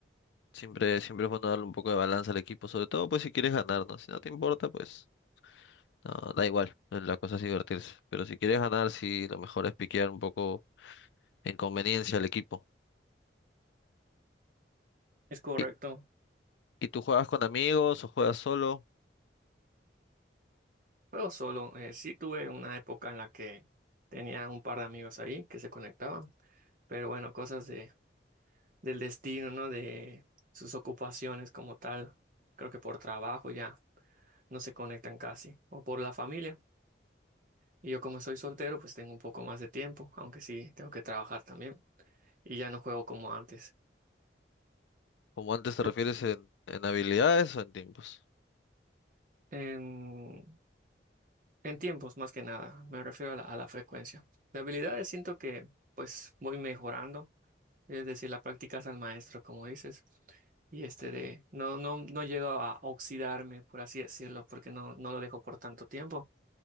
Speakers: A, on the left; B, on the right.
A: Siempre, siempre es bueno darle un poco de balanza al equipo, sobre todo pues si quieres ganar, ¿no? Si no te importa, pues no, da igual, eh, la cosa es divertirse. Pero si quieres ganar, sí, lo mejor es piquear un poco en conveniencia al equipo.
B: es correcto.
A: ¿Y, y tú juegas con amigos o juegas solo?
B: Juego solo. eh, sí tuve una época en la que tenía un par de amigos ahí que se conectaban, pero bueno, cosas de, del destino, ¿no? De sus ocupaciones como tal. Creo que por trabajo ya no se conectan casi, o por la familia. Y yo como soy soltero, pues tengo un poco más de tiempo, aunque sí tengo que trabajar también. Y ya no juego como antes.
A: Como antes te
B: ¿Tú?
A: refieres en, en habilidades o en tiempos.
B: Em, En tiempos, más que nada, me refiero a la, a la frecuencia. De habilidades siento que pues voy mejorando, es decir, la práctica es al maestro, como dices, y este de no, no, no llego a oxidarme, por así decirlo, porque no, no lo dejo por tanto tiempo,